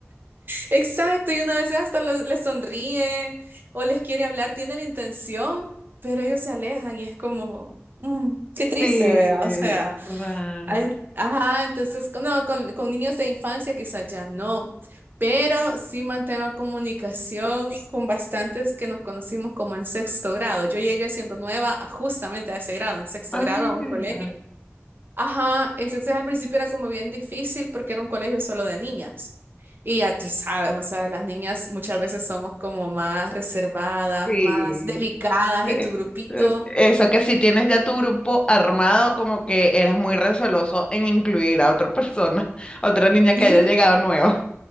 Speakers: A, on the right; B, on the left.
A: Exacto, y una vez hasta los- les sonríe o les quiere hablar, tiene la intención, pero ellos se alejan y es como, mm, qué triste,
B: Sí,
A: ¿verdad? O sea,
B: raro.
A: hay- ajá, entonces, no, con, con niños de infancia quizás ya no, pero sí mantengo comunicación con bastantes que nos conocimos como en sexto grado. Yo llegué siendo nueva a- justamente a ese grado, en sexto
B: Ah,
A: grado a
B: mira.
A: un colegio. Ajá, entonces al principio era como bien difícil porque era un colegio solo de niñas. Y ya tú sabes, o sea, las niñas muchas veces somos como más reservadas,
B: Sí.
A: más delicadas
B: de-
A: en tu grupito.
B: de- Eso que si tienes ya tu grupo armado, como que eres muy receloso en incluir a otra persona, <laughs> a otra niña que
A: Sí,
B: haya llegado nueva.